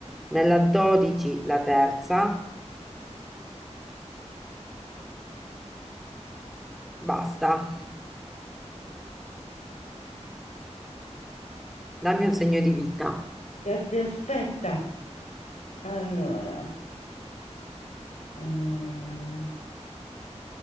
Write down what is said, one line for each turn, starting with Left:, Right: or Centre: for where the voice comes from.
Centre: nella 12 la terza, basta, dammi un segno di vita.
Left: Aspetta. Allora. mm.